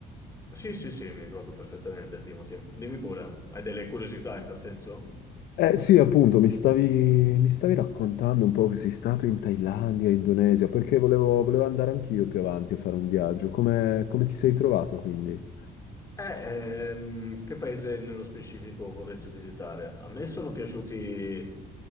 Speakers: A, on the left; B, on the left.
A: Sì, sì, sì, mi ricordo perfettamente, Timothy. Dimmi pure, hai delle curiosità in tal senso?
B: Eh sì, appunto, mi stavi, mi stavi raccontando un po' che sei stato in Thailandia, Indonesia, perché volevo, volevo andare anch'io più avanti a fare un viaggio. Come, come ti sei trovato quindi?
A: Eh, ehm, che paese nello specifico vorresti visitare? A me sono piaciuti